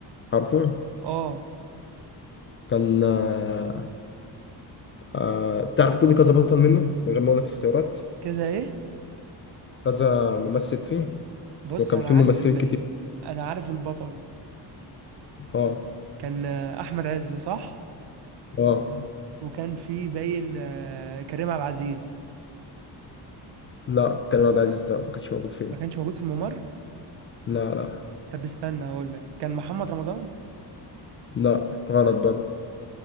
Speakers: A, on the left; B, on the right.
A: عارفه
B: اه
A: كان آه... آه... تعرف تقولي كذا بطل منه من غير ما أقولك اختيارات
B: كذا ايه
A: كذا ممثل فيه
B: بص
A: وكان
B: انا
A: فيه ممثلين
B: عارف ال...
A: كتير
B: انا عارف البطل
A: اه
B: كان احمد عز صح
A: اه
B: وكان في باين آه، كريم عبد العزيز
A: لا كريم عبد العزيز ده ما كانش موجود فيه
B: ما كانش موجود في الممر
A: لا لا
B: طب استنى اقول لك كان محمد رمضان
A: لا غلط برضه